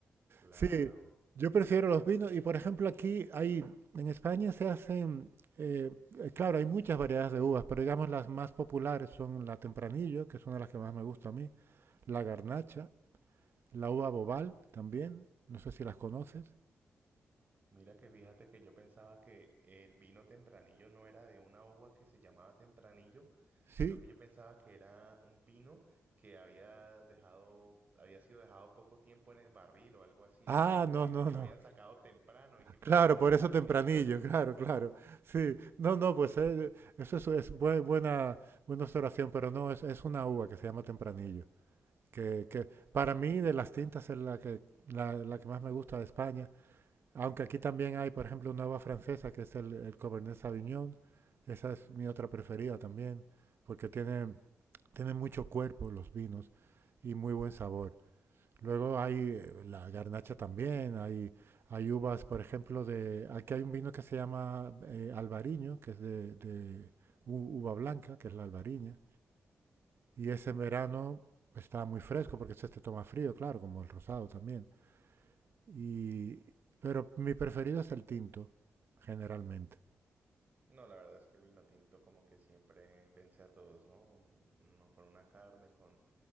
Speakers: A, on the right (about 40°); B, on the right (about 55°).
A: Claro.
B: Sí, yo prefiero los vinos y por ejemplo aquí hay, en España se hacen, eh, eh, claro, hay muchas variedades de uvas, pero digamos las más populares son la Tempranillo, que es una de las que más me gusta a mí, la Garnacha, la uva Bobal también, no sé si las conoces.
A: Mira que fíjate que yo pensaba que el vino tempranillo no era de una uva que se llamaba tempranillo, sino
B: Sí.
A: que yo pensaba que era un vino que había dejado, había sido dejado poco tiempo en el barril o algo así,
B: Ah,
A: ¿sabes? Y
B: no,
A: que,
B: no,
A: y que
B: no.
A: lo habían sacado temprano y que por
B: Claro,
A: eso era
B: por
A: tempranillo.
B: eso Tempranillo,
A: <laughs>
B: claro, claro. Sí, no, no, pues eh, eso es, es bue- buena, buena observación, pero no, es, es una uva que se llama Tempranillo. que,
A: Ah,
B: que
A: ya,
B: para
A: ya.
B: mí de las tintas es la que, la, la que más me gusta de España, aunque aquí también hay, por ejemplo, una uva francesa que es el, el Cabernet Sauvignon, esa es mi otra preferida también, porque tiene, tiene mucho cuerpo los vinos y muy buen sabor. Luego hay eh, la garnacha también, hay, hay uvas, por ejemplo, de... Aquí hay un vino que se llama eh, Albariño, que es de, de u- uva blanca, que es la albariña. Y ese verano estaba muy fresco porque este toma frío, claro, como el rosado también. Y, pero mi preferido es el tinto, generalmente.
A: No, la verdad es que el vino tinto como que siempre vence a todos, ¿no? Un- Uno con una carne, con,